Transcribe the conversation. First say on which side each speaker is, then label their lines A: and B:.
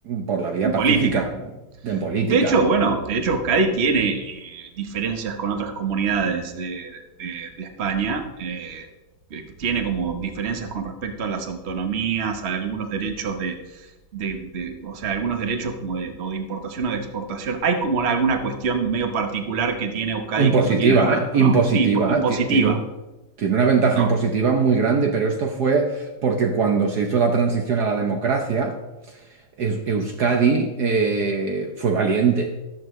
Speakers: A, on the right; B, on the right.
A: por la vía
B: En
A: pacífica
B: política.
A: en política.
B: De hecho, bueno, de hecho Euskadi tiene eh, diferencias con otras comunidades de, de- de España, eh, que tiene como diferencias con respecto a las autonomías, a algunos derechos de, de- de- o sea, algunos derechos como de, o de importación o de exportación. Hay como alguna cuestión medio particular que tiene Euskadi
A: Impositiva,
B: que no tiene el resto,
A: ¿eh?
B: ¿no?
A: impositiva,
B: Sí, impo- impositiva,
A: ti- tiene un- tiene una ventaja
B: ¿no?
A: impositiva muy grande, pero esto fue porque cuando se hizo la transición a la democracia, Eus- Euskadi eh, fue valiente,